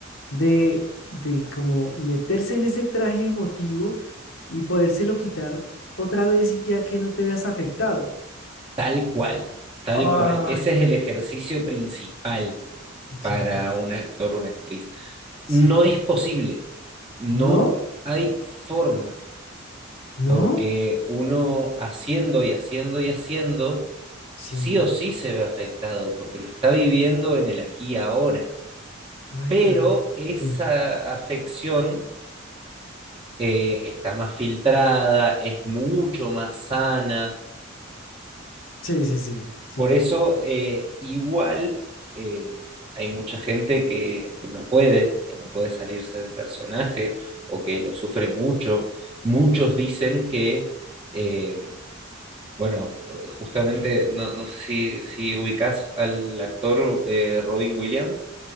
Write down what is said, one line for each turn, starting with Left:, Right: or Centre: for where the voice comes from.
Left: de, de como meterse en ese traje emotivo y podérselo quitar otra vez y ya que no te veas afectado.
Right: Tal cual, tal
Left: Ay,
Right: cual. Ese
Left: ok.
Right: es el ejercicio principal para
Left: Ya,
Right: un actor o una actriz.
Left: sí.
Right: No es posible, no
Left: ¿No?
Right: hay forma,
Left: ¿No?
Right: porque uno haciendo y haciendo y haciendo,
Left: Sí.
Right: sí o sí se ve afectado, porque lo está viviendo en el aquí y ahora.
Left: Ay,
Right: Pero
Left: ya.
Right: esa
Left: Sí.
Right: afección eh, está más filtrada, es mucho más sana.
Left: Sí, sí, sí. Sí.
Right: Por eso, eh, igual, eh, hay mucha gente que, que no puede, que no puede salirse del personaje o que lo sufre mucho. Muchos dicen que, eh, bueno, justamente, no, no sé si, si ubicás al actor eh, Robin Williams.